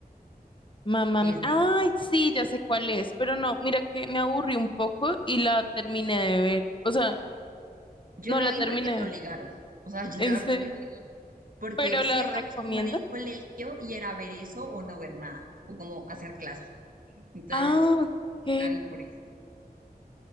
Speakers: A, on the left; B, on the right.
A: mamá,
B: que
A: mi-
B: es
A: ay,
B: de...
A: sí, ya sé cuál es, pero no, mira que me aburrí un poco y la terminé de ver, o sea,
B: Yo
A: no
B: la
A: la
B: vi
A: terminé
B: porque
A: de
B: me
A: ver,
B: obligaron, o sea, <laughs> la
A: en
B: verdad
A: serio,
B: me la
A: <laughs>
B: vi, porque
A: pero
B: sí
A: la
B: estamos
A: recomienda.
B: como en el colegio y era ver eso o no ver nada, o como hacer clase. Entonces,
A: Ah, ok.
B: la vi por eso.